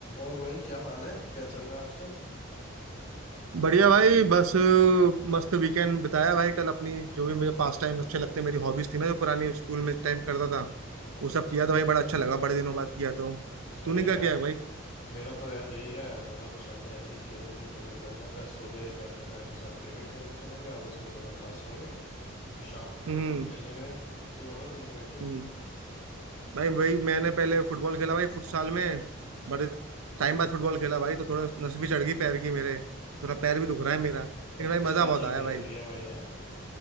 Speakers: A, on the left; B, on the right.
A: और भाई क्या हाल है क्या चल रहा है आजकल
B: बढ़िया भाई बस मस्त वीकेंड बिताया भाई कल अपनी जो भी मुझे पास टाइम अच्छे लगते मेरी हॉबीज थी ना जो पुरानी स्कूल में टाइम करता था
A: हम्म
B: वो सब किया तो भाई बड़ा अच्छा लगा बड़े दिनों बाद किया तो
A: सही
B: तूने
A: है
B: क्या किया है भाई
A: मेरा तो यार यही है मेरा तो संडे ऐसे ही खेलने कूदने में निकल जाता है सुबह मैं अपने फ्रेंड्स के साथ क्रिकेट खेलने चला गया और उसके तुरंत बाद स्विमिंग फिर शाम को
B: हम्म
A: फुटबॉल खेलने गए तू बता तूने क्या किया
B: हम्म भाई भाई मैंने पहले फुटबॉल खेला भाई फुटसाल में बड़े टाइम बाद फुटबॉल खेला भाई तो थोड़ा नस भी चढ़ गई पैर की मेरे थोड़ा पैर भी दुख रहा है मेरा लेकिन
A: लगता
B: भाई
A: है स्ट्रेचिंग
B: मजा बहुत आया
A: नहीं
B: भाई
A: करी है भाई है